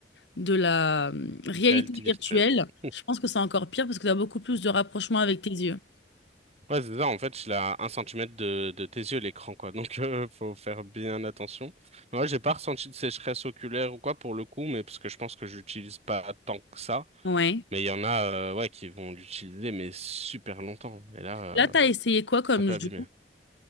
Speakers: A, on the left; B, on the right.
A: de la euh, réalité
B: Réalité virtuelle.
A: virtuelle,
B: <laughs>
A: je pense que c'est encore pire parce que tu as beaucoup plus de rapprochement avec tes yeux.
B: Ouais, c'est ça, en fait, je suis à un centimètre de, de tes yeux, l'écran, quoi. Donc, <laughs> euh, faut faire bien attention. Moi, j'ai pas ressenti de sécheresse oculaire ou quoi pour le coup, mais parce que je pense que j'utilise pas tant que ça.
A: Ouais.
B: Mais il y en a, euh, ouais, qui vont l'utiliser, mais super longtemps. Et là,
A: Là,
B: euh,
A: tu as essayé quoi comme
B: ça peut
A: jeu?
B: abîmer.